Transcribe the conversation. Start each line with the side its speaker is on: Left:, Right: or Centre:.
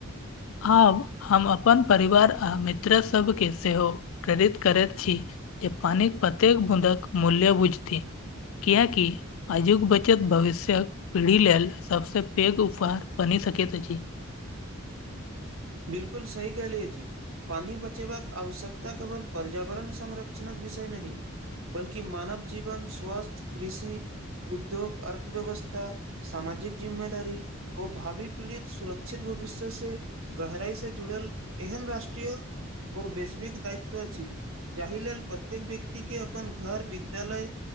Left: आब हम अपन परिवार आ मित्र सबके सेहो प्रेरित करैत छी जे पानिक प्रत्येक बूदक मूल्य बुझति कियाकी आजुग बचत भविष्यक पीढ़ी लेल सभसँ पैघ उपहार बनि सकैत अछि
Right: बिलकुल सही कलियए जी पानि बचेबाक आवश्यकता केवल पर्यावरण संरक्षणक विषय नहि बल्कि मानव जीवन स्वास्थ्य कृषि उद्योग अर्थव्यवस्था सामाजिक जिम्मेदारी ओ भावी पीड़ित सुरक्षित भविष्य से गहराइ से जुड़ल एहन राष्ट्रीय ओ वैस्विक दायित्व अछि जाहि लेल प्रत्येक व्यक्ति के अपन घर विद्यालय